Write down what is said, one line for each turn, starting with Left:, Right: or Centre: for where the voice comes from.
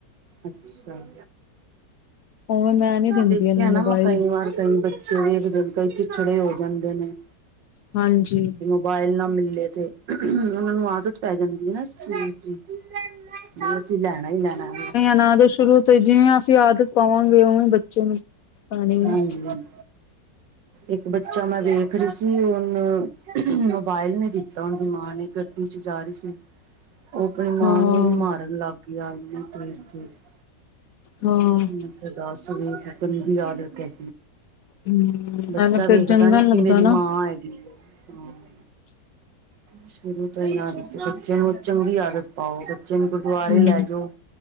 Right: ਅੱਛਾ
Left: ਉਵੇਂ ਮੈਂ ਨੀ ਦਿੰਦੀ
Right: ਦੇਖਿਆ
Left: ਇਹਨੂੰ
Right: ਨਾ
Left: ਮੋਬਾਇਲ
Right: ਮੈਂ ਕਈ ਵਾਰ। ਕਈ ਬੱਚੇ ਵੀ ਕਈ ਦਿਨ ਕਈ ਚਿਛੜੇ ਹੋ ਜਾਂਦੇ ਨੇ।
Left: ਹਾਂਜੀ
Right: ਬਾਇਲ ਨਾ ਮਿਲੇ ਤੇ ਉਹਨਾ ਨੂੰ ਆਦਤ ਪੈ ਜਾਂਦੀ ਹੈ ਨ ਇਸ ਚੀਜ਼ ਦੀ <unintelligible> ਲੈਣਾ ਹੀ ਲੈਣਾ।
Left: ਨਾ ਦੇ ਸ਼ੁਰੂ ਤੋਂ ਜਿਵੇਂ ਅਸੀਂ ਆਦਤ ਪਾਵਾਂਗੇ ਉਵੇਂ ਬੱਚੇ ਨੂੰ ਪਾਣੀ
Right: ਹਾਂਜੀ
Left: ਆ
Right: ਇੱਕ ਬੱਚਾ ਮੈਂ ਵੇਖ ਰਹੀ ਸੀ ਉਹਨੂੰ ਮੋਬਾਇਲ ਨੀ ਦਿੱਤਾ ਉਹਦੀ ਮਾਂ ਨੇ ਗੱਡੀ ਚ ਜਾ ਰਹੀ ਸੀ ਉਹ ਆਪਣੀ ਮਾਂ
Left: ਹਾਂ
Right: ਨੂੰ ਈ ਮਾਰਨ ਲੱਗ ਗਿਆ <unintelligible>
Left: ਹਾਂ
Right: ਮੈਂ ਦੱਸ ਹੁਣ ਗੰਦੀ ਆਦਤ ਹੈ
Left: ਹਮ
Right: ਬੱਚਾ
Left: ਐਵੇਂ ਫਿਰ
Right: ਵੇਖਦਾ
Left: ਚੰਗਾ
Right: ਨੀ
Left: ਲੱਗਦਾ
Right: ਕਿ ਮੇਰੀ
Left: ਨਾ
Right: ਮਾਂ ਹੇਗੀ ਐ ਹਮ ਸ਼ੁਰੂ ਤੋਂ ਇਹਨਾਂ ਵਿੱਚ ਬੱਚੇ ਨੂੰ ਚੰਗੀ ਆਦਤ ਪਾਓ ਬੱਚੇ ਨੂੰ ਗੁਰਦੁਆਰੇ
Left: ਹਮ
Right: ਲੈ ਜਾਓ